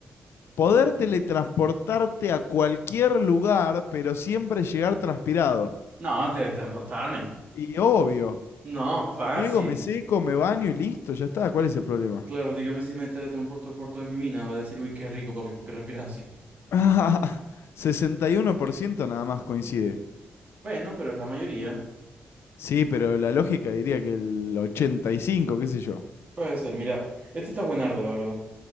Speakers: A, on the left; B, on the right.
A: Poder teletransportarte a cualquier lugar, pero siempre llegar transpirado.
B: No, teletransportarme.
A: Y obvio,
B: No, fácil.
A: llego, me seco, me baño y listo, ya está. ¿Cuál es el problema?
B: Claro, dígame si me teletransporto al cuarto de mi mina, va a decir, uy, qué rico, papi, ¿por qué respiras así?
A: <laughs> 61% nada más coincide.
B: Bueno, pero es la mayoría.
A: Sí, pero la lógica diría que el 85, qué sé yo.
B: Puede ser, mira, este está buenardo, la verdad.